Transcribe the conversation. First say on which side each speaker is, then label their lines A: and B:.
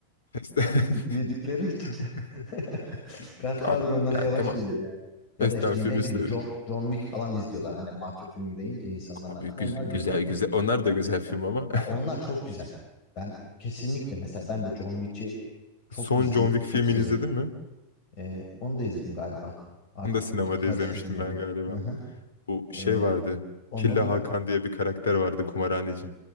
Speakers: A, on the left; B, on the left.
A: Fast and-
B: <laughs> büyüdükleri için
A: <laughs>
B: <laughs> Godfather
A: Abi
B: onlara
A: ya
B: yavaş
A: tamam.
B: geliyor yani. Ya
A: Fast
B: da işte
A: and Furious
B: ne bileyim
A: da
B: John John Wick falan izliyorlar. Hani mafya filmi deyince insanların
A: abi
B: aklına
A: güz-
B: onlar geliyor.
A: güzel güzel. Onlar da güzel film ama.
B: Ya onlar
A: <laughs>
B: çok güzel. Ben kesinlikle mesela ben de John Wick'i çok
A: Son
B: izliyor,
A: John Wick
B: çok
A: filmini
B: seviyorum.
A: izledin mi?
B: Ee, onu da izledim galiba. Artık
A: Onu da sinemada
B: k- karıştırdım
A: izlemiştim ben
B: yani.
A: galiba.
B: <laughs>
A: Bu şey
B: Ee,
A: vardı.
B: o- onların
A: Killa Hakan diye bir karakter vardı kumarhaneci.